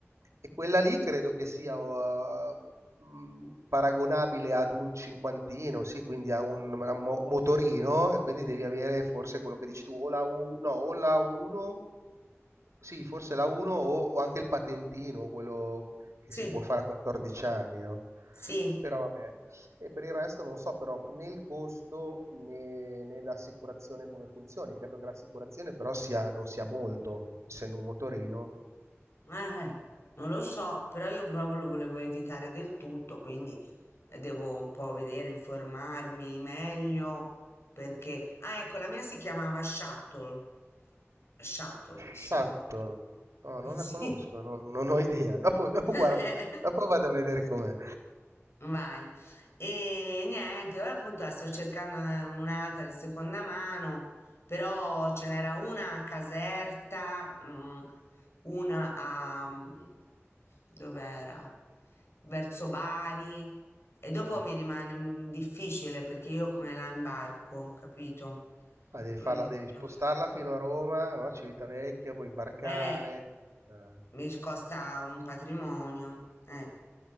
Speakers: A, on the right (about 80°); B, on the left (about 60°).
A: E quella lì credo che sia oh, mh, paragonabile ad un cinquantino, sì, quindi a un, a un mo- motorino, e quindi devi avere forse quello che dici tu, o la, U, no, o la 1 sì, forse la 1 o, o anche il patentino, quello che
B: sì,
A: si può fare a 14 anni, no?
B: sì.
A: Però vabbè, e per il resto non so però né il costo né, né l'assicurazione come funzioni. Credo che l'assicurazione però sia, non sia molto, essendo un motorino.
B: Eh, eh, non lo so, però io proprio lo volevo evitare del tutto, quindi eh, devo un po' vedere, informarmi meglio, perché... Ah, ecco, la mia si chiamava Shuttle. Shuttle, sì.
A: Shuttle,
B: <laughs>
A: no, non la
B: Sì.
A: conosco, non, non ho idea. Dopo, dopo
B: <laughs> Eh,
A: guardo, dopo vado a vedere com'è.
B: Vai. E niente, ora appunto la sto cercando eh, un'altra di seconda mano, però ce n'era una a Caserta, mm, una a... mm, dov'era? Verso Bari. E dopo
A: Mm.
B: mi rimane mm, difficile perché io come la imbarco, capito?
A: Ah, devi farla,
B: Mm,
A: devi spostarla
B: mm.
A: fino a Roma, no? Civitavecchia, poi imbarcare.
B: Eh,
A: Eh.
B: mi costa un patrimonio, eh,